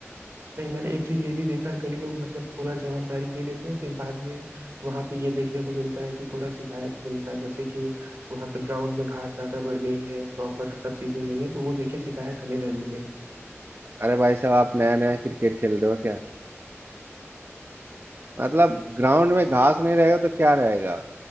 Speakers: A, on the right; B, on the right.
A: नहीं मैंने एक चीज ये भी देखा है कई लोग मतलब पूरा जवाबदारी ले लेते हैं फिर बाद में वहां पे ये देखने को मिलता है कि थोड़ा शिकायत मिलता है जैसे कि वहां पे ग्राउंड में घास ज्यादा बढ़ गई है प्रॉपर सब चीजें नहीं है तो वो देखिए शिकायत हमें ना मिले
B: अरे भाई साहब आप नया नया क्रिकेट खेल रहे हो क्या मतलब ग्राउंड में घास नहीं रहेगा तो क्या रहेगा